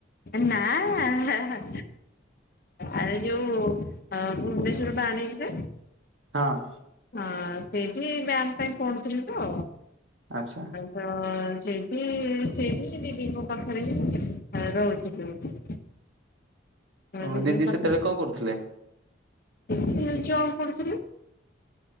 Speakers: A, on the left; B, on the right.
A: ନା ନା। ଆରେ ଯୋଉ ଭୁବନେଶ୍ଵର <unintelligible>
B: ହଁ।
A: ହଁ ସେଇଠି ବ୍ୟାଙ୍କ ପାଇଁ ପଢୁଥିଲି ତ
B: ଆଛା।
A: ତ ସେଇଠି, ସେଇଠି ଦିଦିଙ୍କ ପାଖରେ ହିଁ ରହୁଚି ତ।
B: ଓହୋ
A: ଦିଦିଙ୍କ
B: ଦିଦି
A: ପାଖରେ
B: ସେତେବେଳେ
A: ସେ,
B: କଣ କରୁଥିଲେ?
A: <unintelligible> ଜବ୍ କରୁଥିଲି।